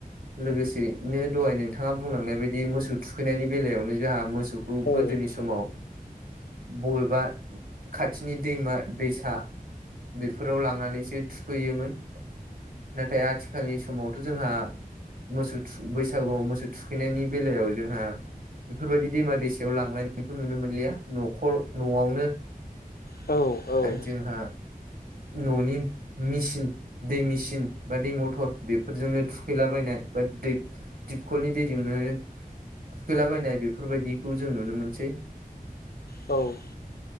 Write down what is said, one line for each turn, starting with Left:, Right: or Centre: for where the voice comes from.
Right: लोगोसेैनो दहाय नोंथाङा बुंलांनाय बायदि मोसौ थुखैनायनि बेलायावनो जोंहा मोसौ
Left: औ
Right: गोदोनि समाव
Left: औ
Right: बबेबा खाथिनि दैमा दैसा बेफोराव लांनानैसो थुखैयोमोन नाथाय आथिखालनि समावथ जोंहा मोसौ बैसागुआव मोसौ थुखैनायनि बेलायाव जोंहा बेफोरबायदि दैमा दैसायाव लांयनायखौ नुनो मोनलिया नखर नआवनो
Left: औ औ
Right: जोंहा ननि मिसिन दै मेसिन बा दै मथर बेफोरजोंनो थुखैलाबायनाय बा दै दिपखलनि दैजोंनो थुखैलाबायनाय बेफोरबायदिखौ जों नुनो मोनसै
Left: औ